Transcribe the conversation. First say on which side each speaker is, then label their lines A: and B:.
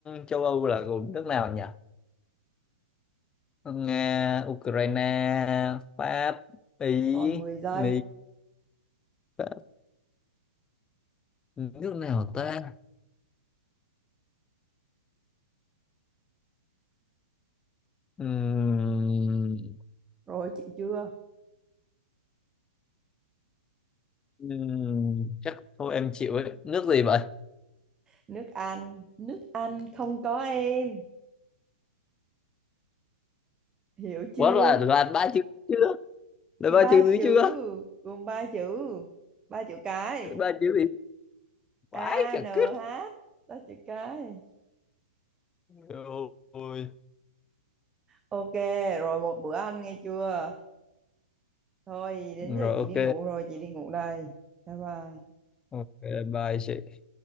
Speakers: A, on the left; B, on the right.
A: châu Âu là gồm nước nào nhỉ Nga Ukraine Pháp Ý
B: Còn 10 giây.
A: Mỹ Pháp, nước nào ta Ừm,
B: Rồi chịu chưa?
A: Ừm, chắc thôi em chịu ấy nước gì vậy
B: nước Anh nước Anh không có em hiểu chưa
A: quá là đoàn ba chữ chưa là
B: thì
A: ba
B: ba
A: chữ dưới
B: chữ
A: chưa
B: gồm ba chữ ba chữ cái
A: ba chữ gì vãi
B: A
A: chả
B: N H
A: cứt
B: đó chữ cái
A: rồi
B: ok rồi một bữa ăn nghe chưa thôi đến
A: rồi
B: giờ chị
A: ok
B: đi ngủ rồi chị đi ngủ đây bye bye
A: ok bye chị